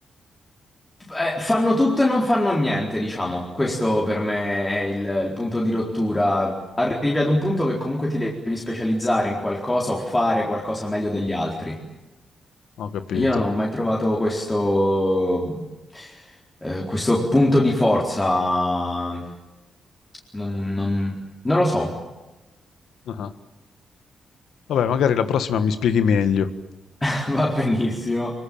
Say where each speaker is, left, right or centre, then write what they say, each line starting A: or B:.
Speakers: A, on the left; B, on the left.
A: Eh, fanno tutto e non fanno niente, diciamo. Questo per me è il, il punto di rottura. Arrivi ad un punto che comunque ti devi specializzare in qualcosa o fare qualcosa meglio degli altri.
B: Ho capito.
A: E Io non ho mai trovato questo, eh, questo punto di forza. Non, non- non lo so,
B: Ah. Vabbè, magari la prossima mi spieghi meglio.
A: <laughs> va benissimo.